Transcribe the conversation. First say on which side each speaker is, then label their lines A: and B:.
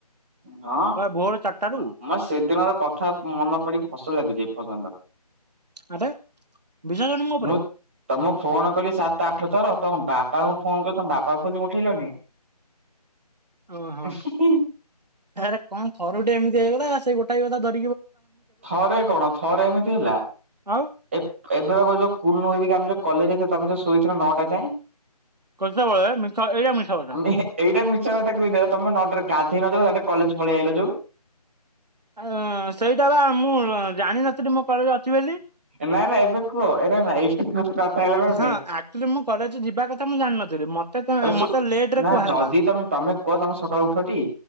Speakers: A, on the right (about 20°); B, on the right (about 80°).
A: ହଁ
B: ବା ଭୋର ଚାରିଟାରୁ
A: ମେ ସେଦିନର କଥା ମନ ପଡି ହସ ଲାଗୁଛି ଏପର୍ଯ୍ୟନ୍ତ
B: ଆରେ ବିଶ୍ୱାସ କରୁନୁ ମୋ ଉପରେ
A: ମୁଁ ତମକୁ ଫୋନ କଲି ସାତ ଆଠ ଥର ତମ ବାପାଙ୍କୁ ଫୋନ କ ତମ ବାପା ଫୋନ୍ ଉଠେଇଲନି।
B: ଓହୋ
A: ହେଁ ହେଁ।
B: ଆରେ କଣ ଥରୁ ଟେ ଏମିତି ହେଇଗଲା ସେଇ ଗୋଟାଏ କଥା ଧରି
A: ଥରେ କଣ ଥରେ ଏମିତି ହେଲା
B: ଆଉ
A: ଏବେ ଏବେ ଯୋଉ କୁନୁ ହେରିକା ଯୋ କଲେଜ ତମେ ଶୋଇଥିଲ ନଅଟା ଯାଏ।
B: କେତେବେଳେ ମିଛ ଏଇଟା
A: ଆ
B: ମିଛ କଥା।
A: ଏଇଟା ମିଛ କଥା କହିଥିଲ ତମେ ନଟାରେ ଗା ଏଇନ ଯୋଉ ଏବେ କଲେଜ ପଳେଇ ଆଇଲ ଯୋଉ।
B: <unintelligible> ସେଇଟା ବା ମୁଁ ଉ ଜାଣିନଥିଲି ମୋ କଲେଜ ଅଛି ବୋଲି।
A: ନା ନା ଏବେ କୁହ ଏ ନା ଏଇଠି ଗୋଟେ କଥା ହେଲା ନା
B: ହଁ ସ
A: ନାଇଁ
B: ଆକ୍ଚୁଲି ମୁଁ କଲେଜ ଯିବା କଥା ମୁଁ ଜାଣିନଥିଲି ମତେ
A: ଏବେ ଶୁ
B: ମତେ ଲେଟ ରେ
A: ନା
B: କୁହାହେଲା।
A: ଯଦି ତମେ ତମେ କୁହ ତମ ସକାଳୁ ଉଠଟି?